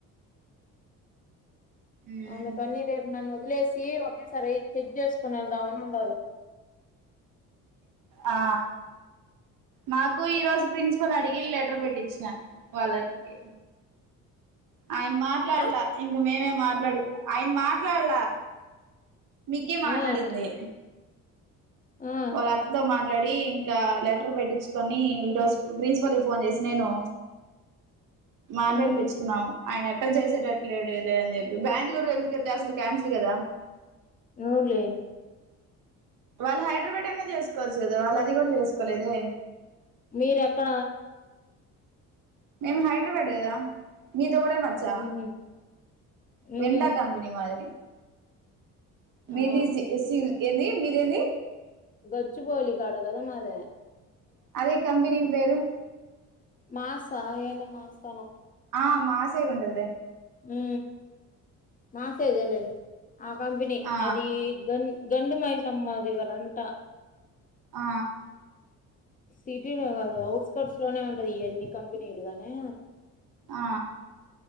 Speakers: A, on the right; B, on the left.
A: మ్
B: అందుకని రేపు నన్ను వదిలేసి ఒకేసారి చెక్ చేసుకుని వెళ్దామని ఉన్నారుారు <inaudible>
A: ఆ మాకు ఈరోజు ప్రిన్సిపల్ అడిగి లెటర్ పెట్టించిన వాళ్ళకి ఆయన మాట్లాడలా
B: ఆ
A: ఇంక మేమే మాట్లాడు ఆయన మాట్లాడలా మీకే
B: ఆ
A: మాట్లాడింది
B: ఆ
A: వాళ్ళ అతతో మ డి ఇంకా లెటర్ పెట్టించుకొని ఈ రోజు ప్రిన్సిపల్ కి ఫోన్ చేసి నేను మాట్లాడి
B: ఉమ్
A: పచ్చుకున్నాను ఆయన ఎట్టలా చేసేటట్లేడు లే అని చెప్పి బెంగళూరు వెళ్దుకతే అసలు క్యాన్సిల్ కదా
B: అవులే
A: వాళ్ళు హైదరాబాద్ అయినే చేసుకోవచ్చు కదా వాళ్ళు అది కూడా చేసుకోలేదే
B: మీర ఎక్కడా
A: మేము హైదరాబాద్ కదా మీద ఒక మచ్చ
B: ఉహు ఉహు
A: వెంట కంపెనీ మాది మది
B: ఆ
A: ఇ ఏని మీరేని
B: గొచ్చిబోలి కాడ కద మాద
A: అదే కంపెనీ పేరు
B: మాస్ తాయాల మాస్తానం
A: ఆ మా సైడ్ ఉంటదిలే
B: ఊ మాసైజేలే ఆ కంపెనీ
A: ఆ
B: అది గన్ గండి మై సమ్మ దేవర అంటా
A: ఆ
B: సిటీలో గాదు ఔట్కర్ట్స్ లోనే ఉంటది ఈ అన్ని కంపెనీలుగానీ
A: ఆ